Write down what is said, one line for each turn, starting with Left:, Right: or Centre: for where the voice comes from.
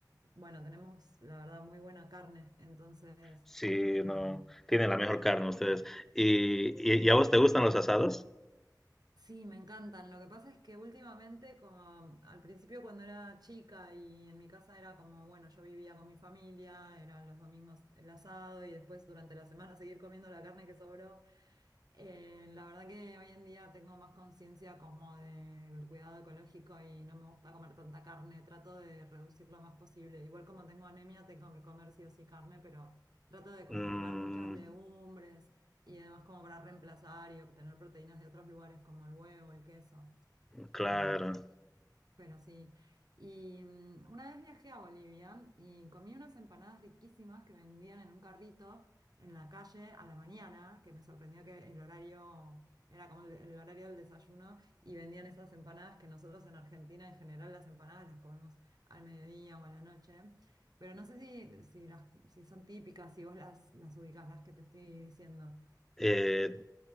Right: bueno, tenemos la verdad muy buena carne, entonces...
Centre: sí,
Right: Eh,
Centre: no, tienen la mejor carne ustedes. ¿Y, y, y a vos te gustan los asados?
Right: Sí, me encantan. Lo que pasa es que últimamente, como al principio cuando era chica y en mi casa era como, bueno, yo vivía con mi familia, eran los domingos el asado y después durante la semana seguir comiendo la carne que sobró. Eh, la verdad que hoy en día tengo más conciencia como del cuidado ecológico y no me gusta comer tanta carne, trato de reducir lo más posible. Igual como tengo anemia, tengo que comer sí o sí carne, pero trato de como
Centre: Mm,
Right: comer muchas legumbres y además como para reemplazar y obtener proteínas de otros lugares como el huevo, el queso.
Centre: claro.
Right: Eh, pero sí. Y mm, una vez viajé a Bolivia y comí unas empanadas riquísimas que vendían en un carrito en la calle a la mañana, que me sorprendió que el horario era como el, el horario del desayuno y vendían esas empanadas que nosotros en Argentina en general las empanadas las comemos al mediodía o a la noche. Pero no sé si, si, las, si son típicas, si vos las, las ubicás, las que te estoy diciendo.
Centre: Eh,